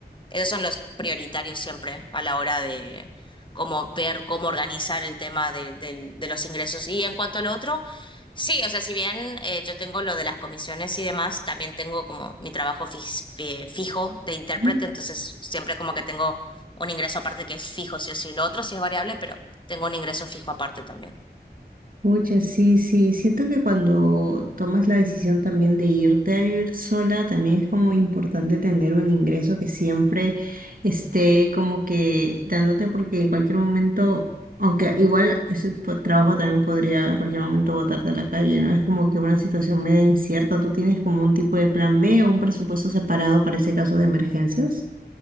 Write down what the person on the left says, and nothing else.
Esos son los prioritarios siempre a la hora de cómo ver, cómo organizar el tema del- del- de los ingresos. Y en cuanto al otro Sí, o sea, si bien eh, yo tengo lo de las comisiones y demás, también tengo como mi trabajo fis- fi- fijo de intérprete,
entonces siempre como que tengo un ingreso aparte que es fijo, sí o sí. Lo otro sí es variable, pero tengo un ingreso fijo aparte también.